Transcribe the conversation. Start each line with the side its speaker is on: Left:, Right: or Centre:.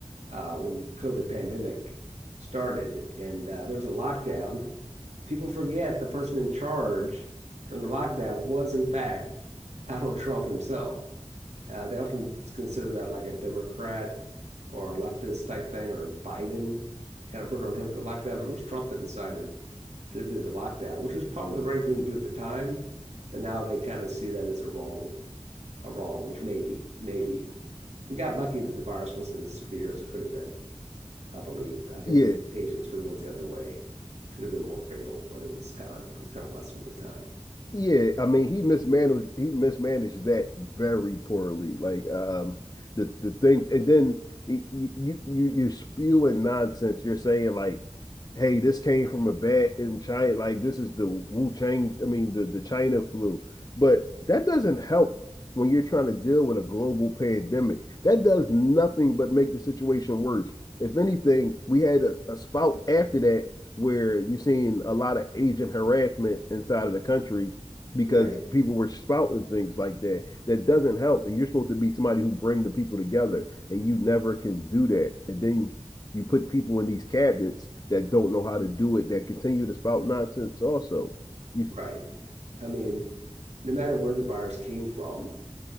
Right: uh, when the COVID pandemic started, and uh, there was a lockdown. People forget the person in charge during the lockdown was, in fact, Donald Trump himself. Uh, they often consider that like a Democrat or a leftist type thing, or Biden. They kind of put it on him with the lockdown, but it was Trump that decided to do the lockdown, which was probably the right thing to do at the time. But now they kind of see that as a wrong uh, wrong, which maybe, maybe. We got lucky that the virus wasn't as severe as it could have been, I believe. I think
Left: Yeah,
Right: the mutations could have went the other way, could have been more fatal, but it was kind of it was kind of lessened with time.
Left: Yeah, I mean he mismanaged he mismanaged that very poorly. Like um the the things and then y- y- you you you're spewing nonsense. You're saying like, hey, this came from a bat in China. Like this is the Wu Chang. I mean the the China flu. But that doesn't help when you're trying to deal with a global pandemic. That does nothing but make the situation worse. If anything, we had a, a spout after that where you've seen a lot of agent harassment inside of the country because
Right: Right,
Left: people were spouting things like that that doesn't help and you're supposed to be somebody who bring the people together and you never can do that and then you put people in these cabinets that don't know how to do it that continue to spout nonsense also you
Right: right. I mean, no matter where the virus came from,